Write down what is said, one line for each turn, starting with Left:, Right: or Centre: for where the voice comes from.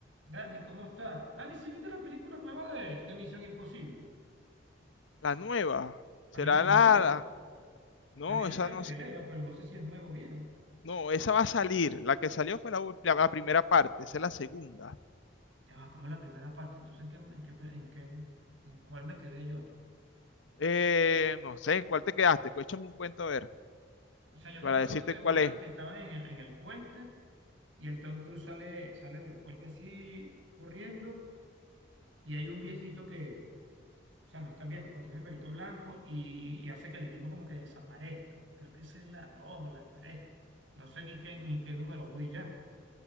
Right: Dani, ¿cómo está? Dani, ¿sí viste la película nueva de, de Misión Imposible?
Left: La nueva. ¿Será
Right: Hay una
Left: la,
Right: nueva,
Left: la- No,
Right: la vi en
Left: esa
Right: la cartelera,
Left: no. s-
Right: pero no sé si es nueva o vieja.
Left: No, esa va a salir. La que salió fue la, ul- la- la primera parte. Esa es la segunda.
Right: Ya va, como la primera parte, entonces ¿en qué, en qué, en qué, en cuál me quedé yo?
Left: Eh, no sé, ¿en cuál te quedaste? Cu- Échame un cuento a ver,
Right: O sea, yo me
Left: para
Right: acuerdo
Left: decirte
Right: de
Left: cuál
Right: una
Left: es.
Right: que estaba en el, en el puente y el Tom Cruise sale, sale del puente así corriendo y hay un viejito que, o sea, no es tan viejo, pues tiene el pelito blanco y, y hace que el equipo como que desaparezca. Creo que esa es la 2 o la 3. No sé ni qué, ni qué número voy ya.